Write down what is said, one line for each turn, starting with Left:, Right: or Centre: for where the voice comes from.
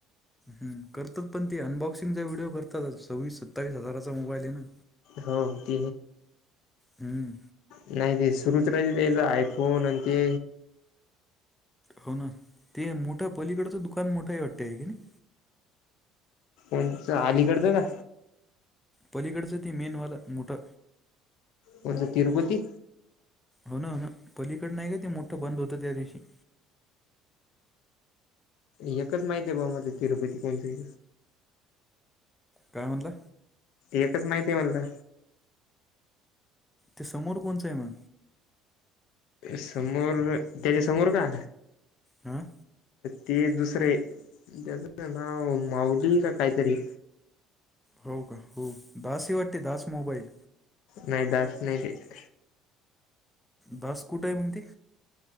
Centre: हम करतात पण ते अनबॉक्सिंगचा व्हिडिओ करतात, सव्वीस सत्तावीस हजाराचा मोबाईल आहे ना.
Left: हो <inaudible>
Centre: हम्म
Left: नाही ते सुरूच राहिते, त्याचा आयफोन आणि ते.
Centre: हो ना ते मोठा पलीकडचं दुकान मोठा वाटते आहे की नाही.
Left: <inaudible> अलीकडचं का.
Centre: पलीकडचं ते मेनवालं मोठं.
Left: कोणच तिरुपती.
Centre: हो ना. हो ना. पलीकड नाही का ते मोठं बंद होतं त्या दिवशी.
Left: एकच माहिते बाऊ मला तिरुपती कोणच ते.
Centre: काय म्हनला.
Left: एकच माहिती आहे म्हणल.
Centre: ते समोर कोणचे म.
Left: समोर त्याच्या समोर का
Centre: आ.
Left: ते दुसरे त्याच नाव माउली की कायतरी
Centre: हो का. हो. दासी वाटते दास मोबाईल.
Left: नाही दास नाही ते.
Centre: दास कुठे आहे म्हणते?